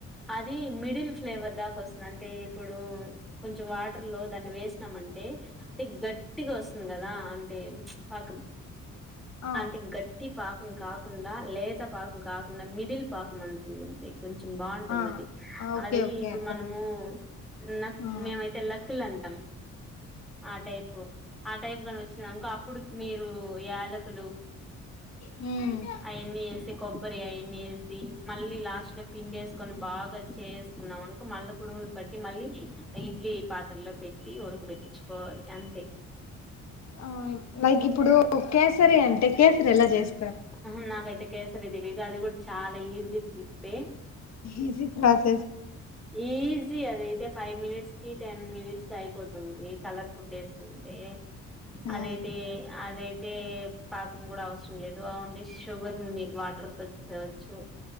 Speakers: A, in the centre; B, on the left (about 60°).
A: అది మిడిల్ ఫ్లేవర్ దాకా వస్తుంది అంటే ఇప్పుడు కొంచం వాటర్ లో దాన్ని వేసినాం అంటే అంటే గట్టిగా వస్తుంది కదా అంటే పాకం
B: ఆ
A: అంతే గట్ పాకం కాకుండా లేత పాకం కాకుండా మిడిల్ పాకం అంటుందండి కొంచెం బాగుంటుంది
B: ఆ
A: అది
B: ఆ ఓకే
A: అది
B: ఓకే
A: ఇప్పుడు
B: అర్థమైంది
A: మనము నక్
B: ఆ
A: మేమైతే లకులు అంటాం ఆ టైపు ఆ టైప్ గాని వచ్చింది అనుకో అప్పుడు మీరు యాలకులు
B: హ్మ్
A: అయన్ని ఏసి కొ ఉబరి అయన్న వేసి మళ్ళీ లాస్ట్ లో పిండి వేసుకొని బాగా చేేసుకున్నాం అనుక మళ్ళీ కుడువులు పట్టి మళ్ళీ ఇడ్లీ పాత్రలో పెట్టి ఉడకబెట్టించుకోవాలి అంతే
B: ఆ లైక్ ఇప్పుడు కేసరి అంటే కేసరి ఎలా చేస్
A: ఉహు నాకైతే కేస్ సరీ తెలీదు అది కూడా చాలా ఈజీ ట్రిప్పే
B: ఈజీ ప్రాస్
A: ఈజీ అదైతే ఫైవ్ మినిట్స్ కి టెన్ మినిట్స్ అయిపోతుంది కలర్ ఫుడ్ వేసుకుంటే
B: ఆ
A: అదైతే అదయిత్ టే పాకం కూడా అవసరం లేదు ఓన్లీ షుగర్ నుండి వాటర్ తో చేవచ్చు